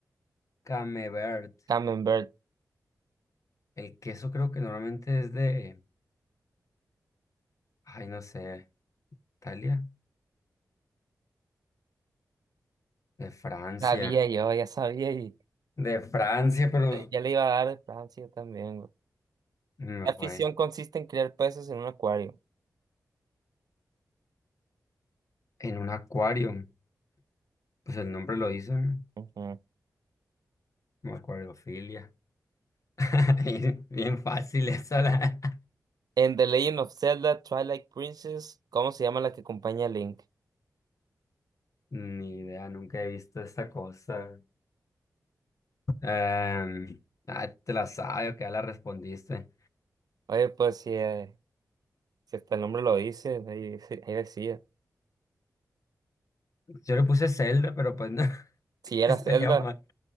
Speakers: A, on the left; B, on the right.
A: Camembert?
B: Camembert.
A: El queso creo que normalmente es de, ay, no sé, Italia, de Francia,
B: Sabía yo, ya sabía y
A: de Francia, pero
B: ya le iba a dar de Francia también. güey.
A: me
B: ¿Qué afición
A: fue
B: consiste en criar peces en un acuario?
A: en un acuario. Pues el nombre lo hizo ¿no?
B: Ujú.
A: Como acuariofilia. <laughs> Bien bien fácil esa la.
B: En The Legend of Zelda Twilight Princess, ¿cómo se llama la que acompaña a Link?
A: Ni idea, nunca he visto esta cosa. Em, ah, te la sabes, que ya la respondiste.
B: Oye, pues si, eh, si hasta el nombre lo dice, ahí, dice- ahí decía.
A: Yo le puse Zelda, pero pues no, <laughs>
B: Si
A: te
B: era
A: salió
B: Zelda,
A: mal.